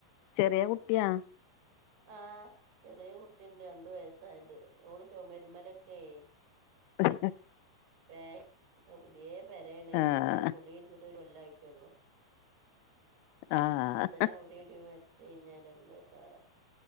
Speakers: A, on the left; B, on the right.
A: ചെറിയ കുട്ടിയാ
B: ആഹ് ചെറിയ കുട്ടിണ്ട് രണ്ടു വയസ്സായത് ഓള് ചൊമര്മലൊക്കെയ
A: ഉ <unintelligible>
B: <unintelligible> ഇപ്പൊ പുതിയ പെരണേ
A: ആഹ്
B: പുതിയെ കുടിരുന്നിട്ട് ഒരു കൊല്ലായിട്ടോള്ളു
A: ആഹ്
B: അപ്പംത്തന്നെ അവിടെവിടിം വരച്ച കഴിഞ്ഞാല് നല്ല ഉസാറാ